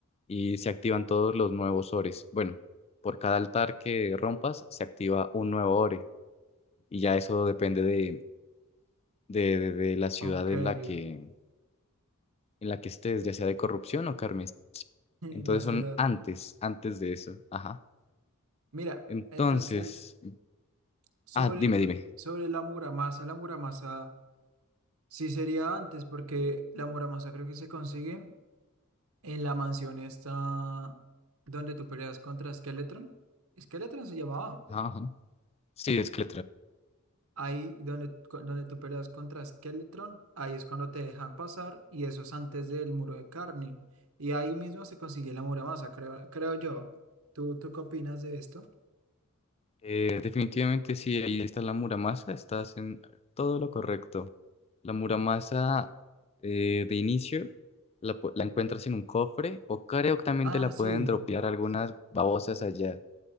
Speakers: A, on the left (about 30°); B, on the right (about 70°).
A: y se activan todos los nuevos ores. Bueno, por cada altar que rompas se activa un nuevo ore y ya eso depende de, de, de- de la ciudad
B: Ok, <laughs>
A: en la que, en la que estés, ya sea de corrupción o carmes.
B: la
A: Entonces
B: ciudad.
A: son antes, antes de eso. Ajá.
B: Mira,
A: Entonces,
B: entonces, sobre,
A: ah, dime,
B: el-
A: dime.
B: sobre la muramasa, la muramasa sí sería antes, porque la muramasa creo que se consigue en la mansión esta donde tú peleas contra Skeletron. Skeletron se llamaba.
A: Ajá. ajá. Sí, es que
B: Ahí donde, cu- donde tú peleas contra Skeletron, ahí es cuando te dejan pasar, y eso es antes del muro de carne. Y ahí mismo se consigue la muramasa, creo, creo yo. ¿Tú, tú qué opinas de esto?
A: Eh, definitivamente sí, ahí está la Muramasa, estás en todo lo correcto. La Muramasa eh, de inicio la, pu- la encuentras en un cofre o creo que también
B: Ah,
A: te la
B: sí,
A: pueden dropear algunas babosas allá,